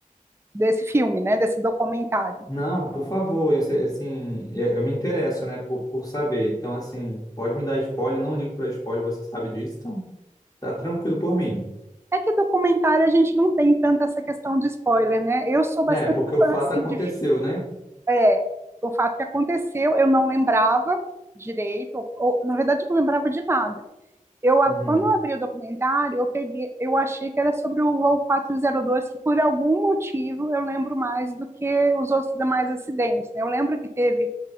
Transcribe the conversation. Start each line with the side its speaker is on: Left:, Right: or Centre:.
Right: desse filme, né? Desse documentário.
Left: Não, por favor, eu, sei- assim, eu, eu me interesso, né, por, por saber. Então, assim, pode me dar spoiler, não ligo para spoiler, você sabe disso, então tá tranquilo por mim.
Right: É que documentário a gente não tem tanta essa questão de spoiler, né? Eu sou bastante
Left: É, porque o
Right: fã,
Left: fato
Right: assim,
Left: aconteceu,
Right: de
Left: né?
Right: é, o fato que aconteceu, eu não lembrava direito, ou, ou, na verdade eu não lembrava de nada. Eu,
Left: Uhum,
Right: quando eu abri o documentário, eu peguei, eu achei que era sobre o voo quatro zero dois que por algum motivo eu lembro mais do que os outros demais acidentes. Né? Eu lembro que teve